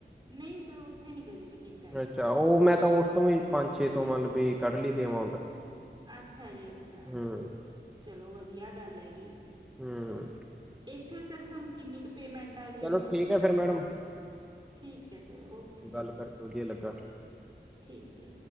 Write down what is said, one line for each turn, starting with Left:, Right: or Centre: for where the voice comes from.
Right: ਨਈ ਸਰ ਓ <unintelligible> ਨੀ ਕਦੇ ਵੀ ਕੀਤਾ ਏ
Centre: ਅੱਛਾ ਓ ਮੈਂ ਤਾਂ ਓਸ ਤੋਂ ਵੀ ਪੰਜ ਛੇ ਸੌ ਮਤਲਬ ਵੀ ਕੱਢ ਲੀ ਸੀ ਅਮਾਊਂਟ
Right: ਅੱਛਾ ਜੀ ਅੱਛਾ
Centre: ਹੂੰ
Right: ਚਲੋ ਵਧੀਆ ਗੱਲ ਹੈਗੀ।
Centre: ਹੂੰ
Right: ਇੱਥੇ ਸਰ ਸੋਨੂੰ ਕਿੰਨੀ ਕੁ ਪੇਮੈਂਟ ਆ ਗਈ
Centre: ਚਲੋ
Right: ਇਹਦੇ
Centre: ਠੀਕ
Right: ਤੋਂ
Centre: ਆ ਫੇਰ ਮੈਡਮ
Right: ਠੀਕ ਹੈ ਸਰ ਓਕੇ
Centre: ਗੱਲ ਕਰਕੇ ਵਧੀਆ ਲੱਗਾ।
Right: ਠੀਕ ਐ